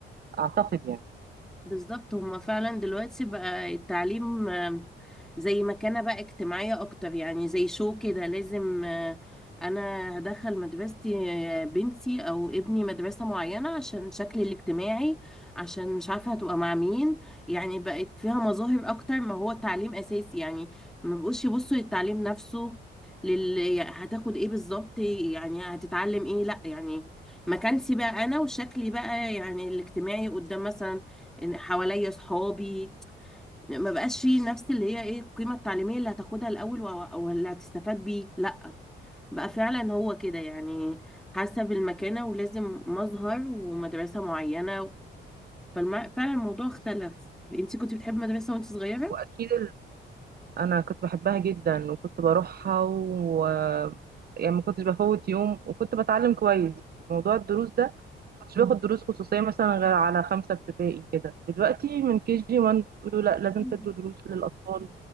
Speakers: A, on the right; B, in the centre.
A: اعتقد يعني
B: بالظبط هما فعلا دلوقتي بقى التعليم آم، زي مكانة بقى اجتماعية أكتر يعني زي شو كده لازم آه، أنا هدخل مدرستي آه، بنتي أو ابني مدرسة معينة عشان شكلي الاجتماعي عشان مش عارفة هتبقى مع مين يعني بقت فيها مظاهر أكتر ما هو تعليم أساسي يعني ما بقوش يبصوا للتعليم نفسه لل... يعني هتاخد ايه بالظبط يعني هتتعلم ايه لا يعني مكانتي بقى أنا وشكلي بقى يعني الاجتماعي قدام مثلا ان حواليا صحابي ما بقاش فيه نفس اللي هي ايه القيمة التعليمية اللي هتاخدها الاول و- او اللي هتستفاد بيه لا بقى فعلا هو كده يعني حسب المكانة ولازم مظهر ومدرسة معينة فالم... فعلا الموضوع اختلف انت كنت بتحبي مدرسة وانت صغيرة؟
A: واكيد انا كنت بحبها جدا وكنت بروحها و يعني ما كنتش بفوت يوم وكنت بتعلم كويس وموضوع الدروس ده ما كنتش باخد دروس خصوصية مثلا غير على خمسة ابتدائي كده دلوقتي من كي جي 1 يقولوا لا لازم
B: مم.
A: تدوا دروس للأطفال